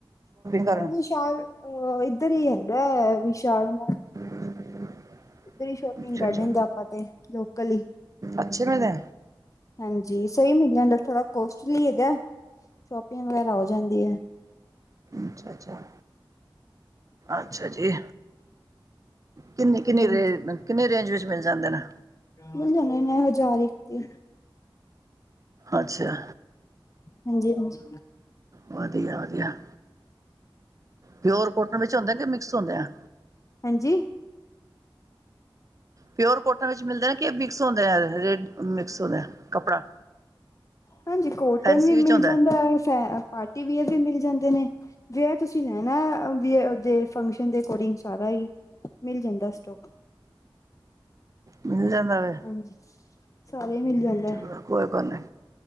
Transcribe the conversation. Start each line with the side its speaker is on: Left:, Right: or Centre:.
Right: ਕਰਨ
Left: ਵਿਸ਼ਾਲ ਅ ਇੱਧਰ ਹੀ ਹੈਗਾ ਵਿਸ਼ਾਲ
Right: <unintelligible>
Left: ਉੱਧਰ ਹੀ ਸ਼ੋਪਿੰਗ
Right: ਅੱਛਾ
Left: ਕਰ
Right: ਅੱਛਾ
Left: ਲੈਂਗੇ ਆਪਾਂ ਤੇ ਲੋਕਲ ਇ
Right: ਅੱਛੇ ਮਿਲਦੇ
Left: ਹਾਂਜੀ, ਸਹੀ ਮਿਲ ਜਾਂਦਾ। ਥੋੜ੍ਹਾ ਕੋਸਟਲੀ ਹੈਗਾ, ਸ਼ੋਪਿੰਗ ਵਗੈਰਾ ਹੋ ਜਾਂਦੀ ਐ।
Right: ਅੱਛਾ-ਅੱਛਾ, ਅੱਛਾ ਜੀ। ਕਿੰਨੀ-ਕਿੰਨੀ
Left: ਹਾਂਜੀ
Right: ਰੇ ਕਿੰਨੀ ਰੇਂਜ ਵਿੱਚ ਮਿਲ ਜਾਂਦੇ ਨੇ।
Left: ਮਿਲ ਜਾਂਦੇ ਨੇ ਹਜ਼ਾਰ ਇੱਕ ਤੇ
Right: ਅੱਛਾ।
Left: ਹਾਂਜੀ-ਹਾਂਜੀ,
Right: ਵਧੀਆ-ਵਧੀਆ। ਪਿਓਰ ਕੋਟਨ ਵਿੱਚ ਹੁੰਦੇ ਕਿ ਮਿਕਸ ਹੁੰਦੇ ਆ।
Left: ਹਾਂਜੀ।
Right: ਪਿਓਰ ਕੋਟਨ ਵਿੱਚ ਮਿਲਦੇ ਨੇ ਕਿ ਮਿਕਸ ਹੁੰਦੇ ਆ ਰ ਮਿਕਸ ਹੁੰਦਾ ਆ ਕੱਪੜਾ
Left: ਹਾਂਜੀ, ਕੋਟਨ
Right: ਫੈਂਸੀ
Left: ਵੀ
Right: ਵਿੱਚ
Left: ਮਿਲ
Right: ਹੁੰਦਾ
Left: ਜਾਂਦਾ ਏ, ਫ ਪਾਰਟੀਵਅਰ ਵੀ ਮਿਲ ਜਾਂਦੇ ਨੇ। ਜੇ ਤੁਸੀਂ ਲੈਣਾ ਵ ਊਦੇ ਫੰਕਸ਼ਨ ਦੇ ਅਕੋਰਡਿੰਗ ਸਾਰਾ ਹੀ। ਮਿਲ ਜਾਂਦਾ ਸਟੋਕ।
Right: ਮਿਲ ਜਾਂਦਾ ਵੇ।
Left: ਹਾਂਜੀ। ਸਾਰੇ ਮਿਲ ਜਾਂਦਾ
Right: ਚਲੋ ਕੋਈ ਗੱਲ ਨੀ,